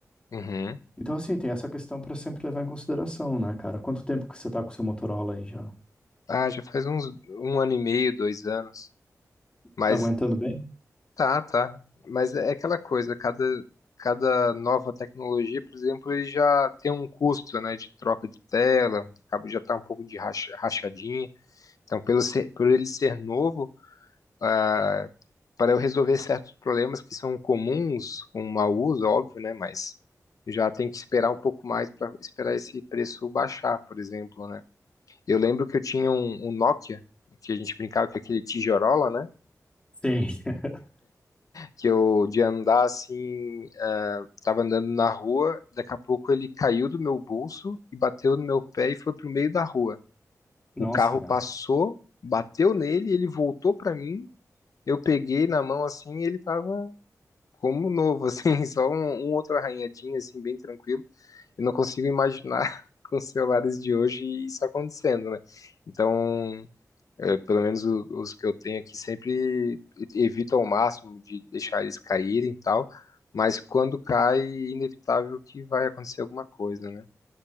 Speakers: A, on the left; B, on the left.
A: uhum.
B: Então, assim, tem essa questão para sempre levar em consideração, né, cara? Quanto tempo que você tá com o seu Motorola aí já?
A: Ah, já faz uns um ano e meio, dois anos. Mas
B: Tá aguentando bem?
A: tá, tá. Mas é aquela coisa, cada, cada nova tecnologia, por exemplo, ele já tem um custo, né, de troca de tela, acaba já tá um pouco de racha- rachadinha. Então, pelo ser- por ele ser novo, ah, para eu resolver certos problemas que são comuns com o mau uso, óbvio, né, mas já tem que esperar um pouco mais para esperar esse preço baixar, por exemplo, né? Eu lembro que eu tinha um, um Nokia, que a gente brincava com aquele tijorola, né?
B: Sim. <laughs>
A: Que eu de andar assim, eh, tava andando na rua, daqui a pouco ele caiu do meu bolso e bateu no meu pé e foi pro meio da rua.
B: Nossa,
A: O carro
B: cara.
A: passou, bateu nele, ele voltou pra mim, eu peguei na mão assim e ele tava como novo, assim, <laughs> só um, um outro arranhadinho, assim, bem tranquilo. Eu não consigo imaginar <laughs> com os celulares de hoje isso acontecendo, né? Então, É, pelo menos o- os que eu tenho aqui sempre evito ao máximo de deixar eles caírem e tal, mas quando cai, é inevitável que vai acontecer alguma coisa, né?